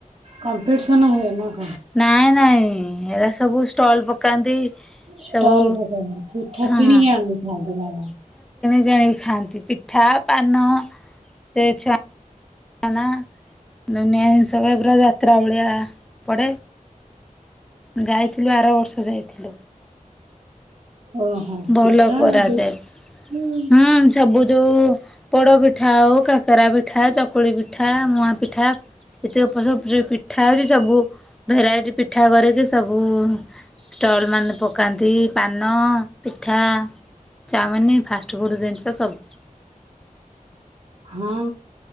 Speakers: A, on the right; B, in the centre.
A: କମ୍ପିଟିସନ ହୁଏ ନା କ
B: ନାଇଁ, ନାଇଁ ଏଇରା ସବୁ ଷ୍ଟଲ୍ ପକାନ୍ତି
A: ଷ୍ଟଲ୍
B: ସବୁ
A: ପକାନ୍ତି। ପିଠା
B: ହଁ
A: କିଣିକି ଆଣିକି ଖାଆନ୍ତି ନା କଣ?
B: ନିଜେ ଆଣି ଖାଆନ୍ତି। ପିଠା, ପାନ ସେ ଛୁଆ ଅନା ଦୁନିଆ ଜିନିଷ କ ପୁରା ଯାତ୍ରା ଭଳିଆ ପଡେ। ଯାଇଥିଲୁ ଆର ବର୍ଷ ଯାଇଥିଲୁ
A: ଓହୋ
B: ଭଲ
A: ପିଠା
B: କରାଯାଏ
A: ଦେଇକି
B: ହୁଁ ସବୁ ଯୋଉ ପୋଡ ପିଠା ଆଉ କାକରା ପିଠା ଚକୁ - ଚକୁଳି ପିଠା ମୁଆ ପିଠା ଏତିକ ସବୁ ପିଠା ହେଉଛି ସବୁ ଭେରାଇଟି ପିଠା କରିକି ସବୁ ଷ୍ଟଲ ମାନେ ପକାନ୍ତି ପାନ ପିଠା ଚାଉଓମିନ ଫାଷ୍ଟଫୁଡ଼୍ ଜିନିଷ ସବୁ
A: ହଁ